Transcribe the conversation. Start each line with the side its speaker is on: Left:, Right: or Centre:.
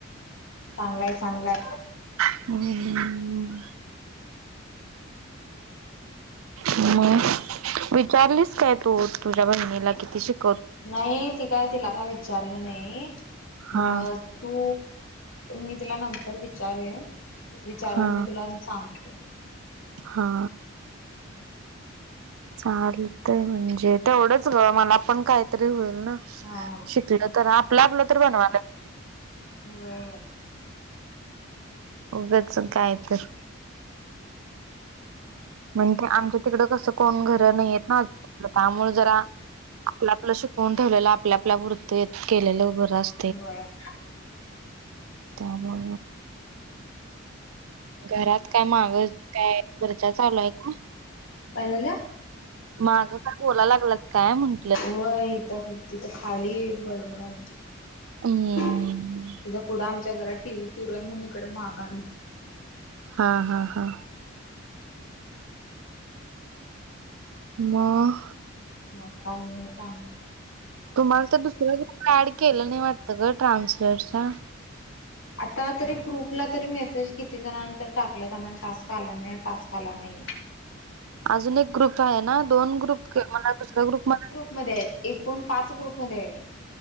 Left: चांगलाय चांगलाय
Right: हम् हम् विचारलीस काय तू तुझ्या बहिणीला किती शिक
Left: नाही ती काय तिला काय विचारलं नाही
Right: हा
Left: मग तू मी तुला नंतर विचारे विचारून
Right: हा
Left: मी तुला सांगते.
Right: हा. चालतय म्हणजे तेवढंच ग मला पण काहीतरी होईल ना.
Left: हा.
Right: शिकल तर आपलं आपलं तर बनवालं.
Left: हो.
Right: उग्याच काय तर म्हणजे आमच्या तिकडं कसं कोण घरं नाहीयेत ना त्यामुळे जरा आपलं आपलं शिकवून ठेवलेलं आपल्या आपल्या वृत्तेत केलेलं उ बरत
Left: होय.
Right: त्यामुळं घरात काय माग काय खर्चा चालू आहे का?
Left: काय झालं?
Right: माग का बोला लागलत काय म्हण
Left: ह इथ कुती इथ खाली बडबड
Right: हम्म
Left: पुढे आमच्या घरात टी व्ही सुरू आहे म्हणून इकडे महाग आलंय.
Right: हा हा हा. मग.
Left: मघाने कागू.
Right: तुम्हाला तर दुसऱ्या गोष्ट ऍड केलं नाही वाटत ग ट्रान्सलेटच्या
Left: आता तरी ग्रुपला तरी मेसेज किती जणंतर टाकलं त्या म्ह टास्क आला नाही टास्क आला नाही.
Right: अजून एक ग्रुप आहे ना दोन ग्रुप मला दुसऱ्या ग्रुप म
Left: मध्ये आहे एकूण पाच ग्रुप मध्ये आहे मी